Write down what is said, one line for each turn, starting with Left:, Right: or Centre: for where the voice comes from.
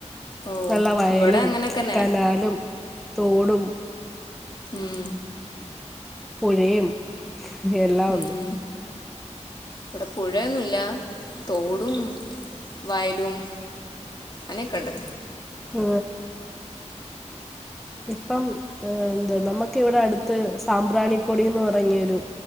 Left: ഓ
Centre: നല്ല വയലും
Left: ഇവിടെ അങ്ങനെയൊക്കെന്നെ
Centre: കനാലും തോടും.
Left: ഉം
Centre: പുഴയും എല്ലാം
Left: ഉം
Centre: ഉണ്ട്
Left: ഇവിടെ പുഴയൊന്നുല്ല തോടും വയലും ആനക്കണ്ട്.
Centre: ആ ഇപ്പം എന്ത്‌നമക്ക് ഇവിടെ അടുത്ത് സാമ്പ്രാണിക്കൊടിന്ന് പറഞൊയൊരു